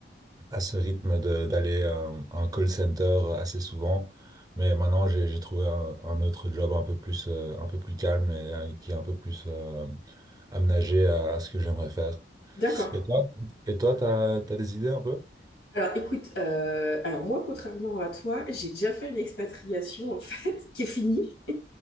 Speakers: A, on the right; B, on the left.
A: à ce rythme de- d'aller à un un call center assez souvent. Mais maintenant, j'ai j'ai trouvé un, un autre job un peu plus, euh, un peu plus calme et euh, qui est un peu plus euh, aménagé à, à ce que j'aimerais faire.
B: D'accord.
A: Et toi, et toi, t'as, t'as des idées un peu?
B: Alors écoute, heu, alors moi, contrairement à toi, j'ai déjà fait une expatriation en fait <laughs> qui est finie. <laughs>